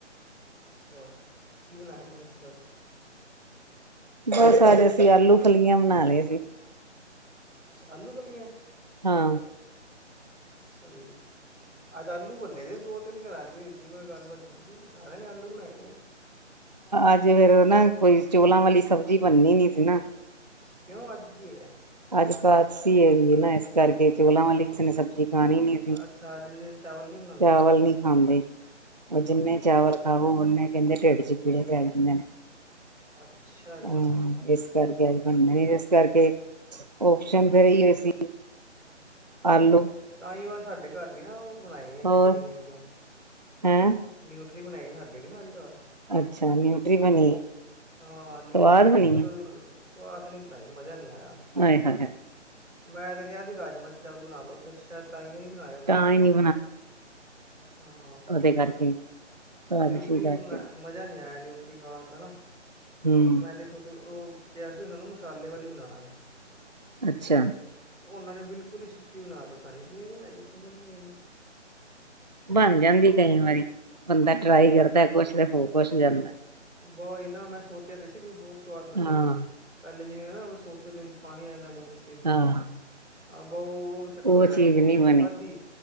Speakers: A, on the right (about 85°); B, on the right (about 35°).
A: ਅੱਛਾ। ਕੀ ਬਣਾਇ ਲੰਚ 'ਚ ਅੱਜ।
B: ਬਸ ਅੱਜ ਅਸੀ ਆਲੂ ਫਲੀਆਂ ਬਣਾ ਲਈ ਸੀ।
A: ਅੱਛਾ ਆਲੂ ਫਲੀਆਂ।
B: ਹਾਂ।
A: ਅੱਛਾ ਜੀ। ਅੱਜ ਆਲੂ ਬਣੇ ਨੇ ਦੋ ਤਿੰਨ ਘਰਾਂ ਦੇ ਮੈਂ ਗੱਲਬਤ ਕੀਤੀ ਸਾਰਿਆਂ ਨੇ ਆਲੂ ਬਣਾਏ ਨੇ।
B: ਅੱਜ ਫਿਰ ਨਾ ਕੋਈ ਚੋਲਾਂ ਵਾਲੀ ਸਬਜ਼ੀ ਬਣਨੀ ਨੀ ਸੀ ਨਾ।
A: ਕਿਉਂ ਅੱਜ ਕੀ ਹੋਇਆ।
B: ਅੱਜ ਕਾਦਸੀ ਹੈਗੀ ਹੈ ਨਾ ਇਸ ਕਰਕੇ ਚੋਲਾਂ ਵਾਲੀ ਕਿਸੇ ਨੇ ਸਬਜ਼ੀ ਖਾਣੀ ਨੀ।
A: ਅੱਛਾ ਅੱਜ ਦੇ ਦਿਨ ਚਾਵਲ ਨਹੀਂ ਬਣਾਉਂਦੇ
B: ਚਾਵਲ਼ ਨੀ ਖਾਂਦੇ। ਉਹ ਜਿੰਨੇ
A: ਅੱਛਾ
B: ਚਾਵਲ਼ ਖਾਵੋ ਓਨ੍ਹੇ ਕਹਿੰਦੇ ਢਿੱਡ ਚ ਕੀੜੇ ਪੈ ਜਾਂਦੇ ਨੇ।
A: ਅੱਛਾ ਜੀ।
B: ਹਾਂ ਇਸ ਕਰਕੇ ਬਣਨੇ ਨਹੀਂ ਇਸ ਕਰਕੇ ਓਪਸ਼ਨ ਫਿਰ ਇਹੋ ਹੀ ਹੋਏ ਸੀ। ਆਲੂ
A: ਤਾਂਹੀਓ ਅੱਜ ਸਾਡੇ ਘਰ ਵੀ ਨਾ ਉਹ ਬਣਾਏ ਆ ਜੀ
B: ਹੋਰ
A: ਬੜੀਆਂ ਜਿਹੀਆਂ।
B: ਹੈਂ
A: ਨਿਊਟਰੀ ਬਣਾਈ ਸਾਡੇ ਵੀ ਨਾ ਅੱਜ ਘਰ।
B: ਅੱਛਾ ਨਿਊਟਰੀ ਬਣੀ ਏ।
A: ਹਾਂ, ਨਿਊਟਰੀ
B: ਸਵਾਦ
A: ਬਣਾਈ
B: ਬਣੀ
A: ਪਰ
B: ਏ
A: ਸਵਾਦ ਨਹੀਂ ਬਣਾਈ ਮਜ਼ਾ ਨਹੀਂ ਆਇਆ।
B: ਆਹੇ, ਹ, ਹ
A: ਮੈਂ ਤੇ ਕਿਹਾ ਸੀ ਰਾਜਮਾਂਹ ਚਾਵਲ਼ ਬਣਾ ਲਉ ਫਿਰ ਸ਼ਾਇਦ ਤਾਈਓ ਨੀ ਬਣਾਏ ਉਹਨਾਂ
B: ਤਾਂ
A: ਨੂੰ ਚਾਵਲ਼
B: ਹੀ ਨੀ
A: ਨਾ ਆਹ।
B: ਦੇ ਕਰਕੇ ਏਕਾਦਸ਼ੀ
A: ਨਿਊਟਰੀ
B: ਕਰਕੇ
A: ਮਜ਼ਾ ਨਹੀਂ ਨਿਊਟਰੀ ਖਾਣ ਦਾ ਨਾ
B: ਹੂੰ
A: ਮੈਂ ਤਾਂ ਸੋਚੋ ਉਹ ਕਿਹਾ ਸੀ ਉਹਨਾਂ ਨੂੰ ਮਸਾਲੇ ਬਣਾਨਾ।
B: ਅੱਛਾ।
A: ਉਹਨਾਂ ਨੇ ਬਿਲਕੁਲ ਹੀ ਸੁੱਕੀ ਬਣਾਤੀ ਪਤਾ ਨੀ ਕਿਵੇਂ ਬਣਾਈ ਸਮਝ ਨਹੀਂ ਆਈ।
B: ਬਣ ਜਾਂਦੀ ਆ ਕਈ ਵਾਰੀ ਬੰਦਾ ਟਰਾਈ ਕਰਦਾ ਕੁਛ ਤੇ ਹੋਰ ਕੁਛ ਜਾਂਦਾ।
A: ਬਹੁ ਇਹ ਨਾ ਮੈਂ ਸੋਚਿਆ ਤਾਂ ਸੀ ਵੀ ਬਹੁਤ ਸਵਾਦ ਬਣੇੇਗੀ।
B: ਹਾਂ
A: ਪਹਿਲੇ ਜਿਵੇਂ ਨਾ ਸੋਚੋ ਤਾਂ ਪਾਣੀ ਆ ਜਾਂਦਾ ਮੂੰਹ 'ਚ
B: ਹਾਂ
A: ਆਹ ਉਹ ਇੱਕ ਵਾਰੀ
B: ਉਹ
A: ਆਇਆ
B: ਚੀਜ਼
A: ਸੀ, ਲੇਕਿਨ
B: ਨਹੀਂ
A: ਜਦੋਂ
B: ਬਣੀ
A: ਖਾਧੀ